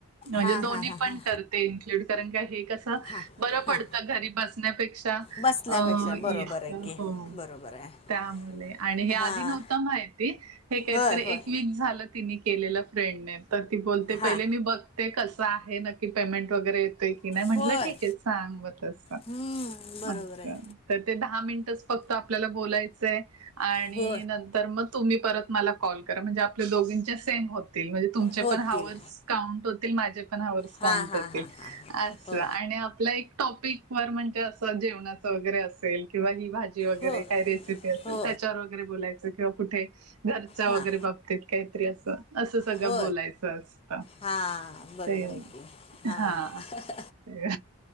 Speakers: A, on the right (about 80°); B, on the left (about 25°).
A: म्हणजे
B: हां
A: दोन्ही
B: हां हां
A: पण
B: हां
A: कर ते इनक्लूड करणं काय हे कस.
B: हां
A: बर
B: हां
A: पडत घरी बसण्यापेक्षा
B: बसल्यापेक्षा
A: अ.
B: बरोबर आहे की बरोबर आहे
A: त्यामुळे आणि हे आधी
B: हां
A: नव्ह व्हतं माहिती हे काहीतरी
B: होय होय
A: एक वीक झालं, तिणी केलेलं फ्रेंडने. त ती बोलते
B: हां
A: पहिले मी बघते कसं आहे, नक्की पेमेंट वगैरे येतय की नाही, म्हटलं
B: होय
A: ठीक. ये ते सांग म तस
B: हम्म, बरोबर
A: असं
B: आहे
A: ते दहा मिनट फक्त आपल्याला बोलायचंय आणि
B: हो
A: नंन तर मग तुम्ही परत मला कॉल करा, म्हणजे आपल्या दोघींच्या सेम होतील, म्हणजे तुमचे
B: होतील
A: पण हावर्स. काउंट होतील, माझे पण हावर्स
B: हां
A: काउंट
B: हां
A: होतील,
B: हां हां हां
A: अस
B: हो
A: आणि आपला एक टॉपिक वर म्हणजे असं जेवणाच वगैरे असेल, किंवा ही भाजी जी वैगैरे
B: हो
A: काय रेसीपी असेल
B: हो
A: त्याच्यावर वैगरे बोलायचं किंवा कुठे घरचा
B: हां
A: वैगरे बाबतीत. काहीतरी असं, असं सगळं
B: हो
A: बोलायचं असतं.
B: हां बरोबर
A: ते
B: आहे की हां
A: हा ते